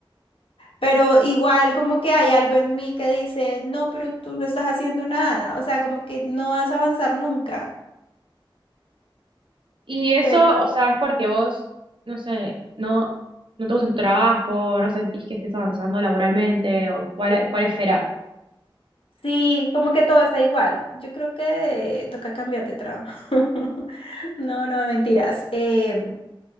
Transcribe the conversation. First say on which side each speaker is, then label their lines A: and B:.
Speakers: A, on the left; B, on the right.
A: Pero igual como que hay algo en mí que dice, no, pero tú no estás haciendo nada, o sea, como que no vas a avanzar nunca.
B: Y eso,
A: Pero
B: o sea, es porque vos, no sé, no, no te gusta tu trabajo, no sentís que estés avanzando laboralmente o cuál, cuál esfera.
A: sí, como que todo está igual. Yo creo que toca cambiar de trabajo. <laughs> No, no, mentiras. Eh,